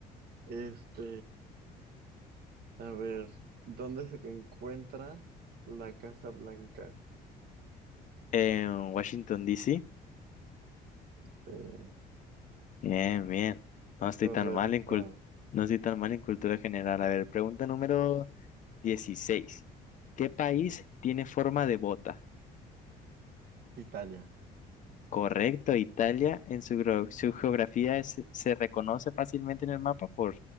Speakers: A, on the right; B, on the left.
A: Este... A ver, ¿dónde se encuentra la Casa Blanca?
B: En Washington, D. C
A: Eh,
B: Bien, bien. No estoy
A: correcto,
B: tan mal en cul- no estoy tan mal en cultura general. A ver, pregunta número 16. ¿Qué país tiene forma de bota?
A: Italia.
B: Correcto, Italia. En su, gro- su geografía es- se reconoce fácilmente en el mapa por